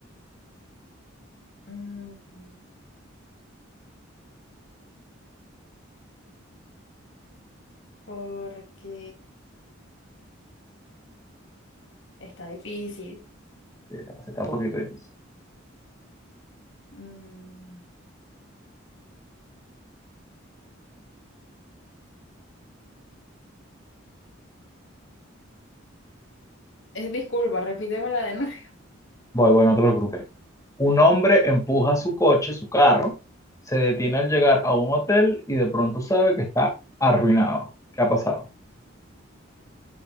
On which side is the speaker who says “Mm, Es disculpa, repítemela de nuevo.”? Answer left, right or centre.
Left